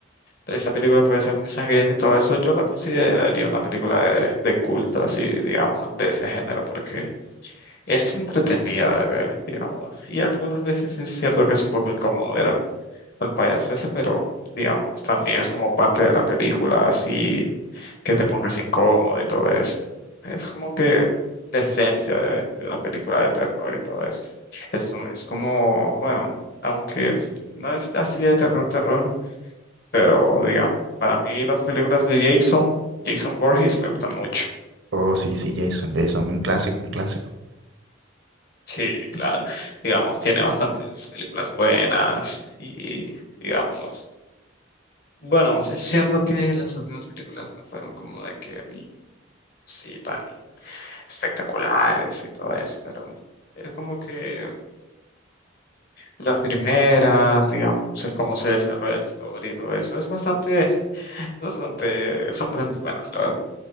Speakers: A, on the left; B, on the right.
A: esa película puede ser muy sangrienta y todo eso, yo la consideraría una película de, de culto, así, digamos, de ese género, porque es entretenida de ver, digamos. Y algunas veces es cierto que es un poco incómodo ver al, al payaso ese, pero, digamos, también es como parte de la película, así, que te pongas incómodo y todo eso. Es como que la esencia de, de una película de terror y todo eso. Es, un- es como, bueno, aunque no es así de terror, terror, pero digamos, para mí las películas de Jason, Jason Borges me gustan mucho.
B: Oh, sí, sí, Jason, Jason, un clásico, un clásico.
A: Sí, claro. Digamos, tiene bastantes películas buenas y, digamos, bueno, es cierto que las últimas películas no fueron como de que, mm, sí, tan espectaculares y todo eso, pero es como que las primeras, digamos, el cómo se desarrolla la historia y todo eso, es bastante, <laughs> bastante, son bastante buenas, la verdad.